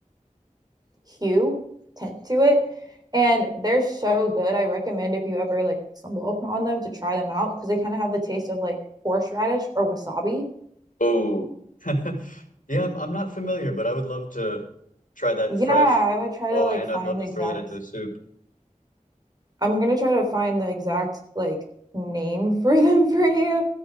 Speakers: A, on the right (about 30°); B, on the left (about 75°).
A: hue tint to it and they're so good i recommend if you ever like stumble upon them to try them out because they kind of have the taste of like horseradish or wasabi
B: Oh. <laughs> Yeah, I'm, I'm not familiar, but I would love to try that
A: yeah
B: fresh.
A: i would try
B: Oh,
A: to like
B: and
A: find
B: I'd love
A: the
B: to
A: exact
B: throw that into a soup.
A: i'm gonna try to find the exact like name <laughs> for them for you